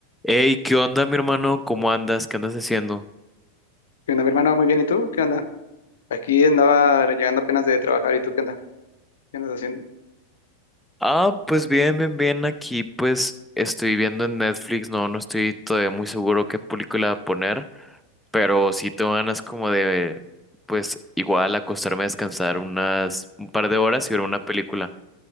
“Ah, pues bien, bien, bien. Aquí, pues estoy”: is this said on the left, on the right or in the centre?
Centre